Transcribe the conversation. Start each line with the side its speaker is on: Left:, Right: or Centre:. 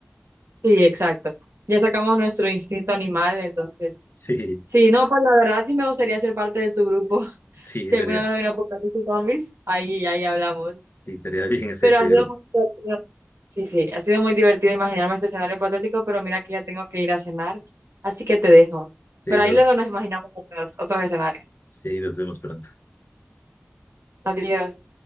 Right: sí, exacto. Ya sacamos nuestro instinto animal, entonces.
Left: Sí,
Right: Sí, no, pues la verdad sí me gustaría ser parte de tu grupo. <laughs>
Left: sí,
Right: Si
Left: estaría,
Right: alguna vez hay un apocalipsis zombies, ahí, ahí hablamos.
Left: sí, estaría bien hacer
Right: Pero
Left: este
Right: ha sido
Left: grupo.
Right: muy divertido. Sí, sí, ha sido muy divertido imaginarme este escenario hipotético, pero mira que ya tengo que ir a cenar, así que te dejo.
Left: Sí,
Right: Pero
Left: nos,
Right: ahí luego nos imaginamos otros, otros escenarios.
Left: sí, nos vemos pronto.
Right: Adiós.